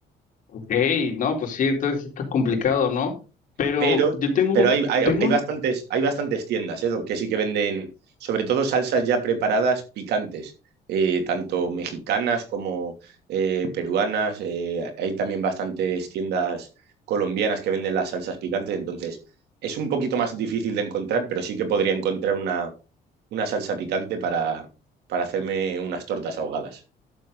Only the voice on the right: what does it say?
Pero,
pero
hay, hay,
hay
bastantes, hay bastantes tiendas, ¿eh, Doc? que sí que venden, sobre todo salsas ya preparadas picantes, eh, tanto mexicanas como eh, peruanas. eh, hay también bastantes tiendas colombianas que venden las salsas picantes, entonces es un poquito más difícil de encontrar, pero sí que podría encontrar una, una salsa picante para, para hacerme unas tortas ahogadas.